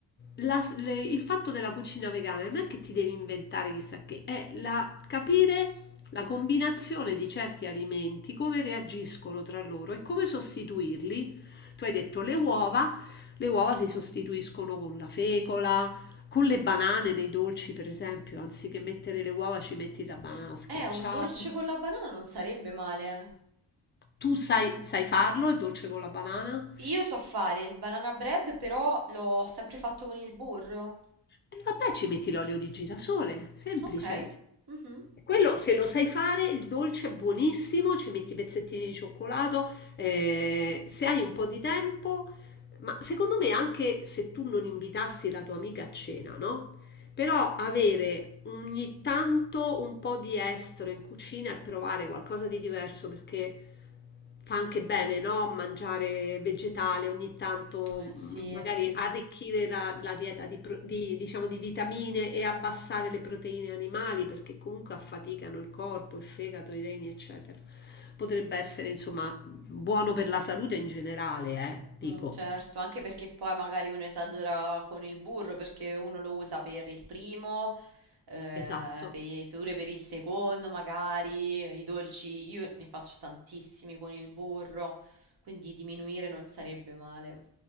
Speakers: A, on the left; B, on the right.
A: la- le- il fatto della cucina vegana non è che ti devi inventare chissà che, è la- capire la combinazione di certi alimenti, come reagiscono tra loro e come sostituirli. Tu hai detto le uova, le uova si sostituiscono con la fecola, con le banane nei dolci, per esempio, anziché mettere le uova ci metti la banana schiacciata.
B: Eh, un dolce con la banana non sarebbe male.
A: Tu sai, sai farlo, il dolce con la banana?
B: Io so fare il banana bread, però l'ho sempre fatto con il burro.
A: E vabbè, ci metti l'olio di girasole, semplice.
B: Ok. Mhm.
A: Quello, se lo sai fare, il dolce è buonissimo, ci metti i pezzettini di cioccolato, eh, se hai un po' di tempo, ma secondo me anche se tu non invitassi la tua amica a cena, no? Però avere ogni tanto un po' di estero in cucina e provare qualcosa di diverso perché fa anche bene, no? Mangiare vegetale ogni tanto,
B: Eh sì.
A: mh, magari Sì. arricchire la, la dieta di, pro- di, diciamo, di vitamine e abbassare le proteine animali perché comunque affaticano il corpo, il fegato, i reni, eccetera. Potrebbe essere, insomma, buono per la salute in generale, eh? Dico.
B: Mm, certo, anche perché poi magari uno esagera con il burro perché uno lo usa per il primo, eh,
A: Esatto.
B: per- pure per il secondo, magari i dolci, io ne faccio tantissimi con il burro, quindi diminuire non sarebbe male.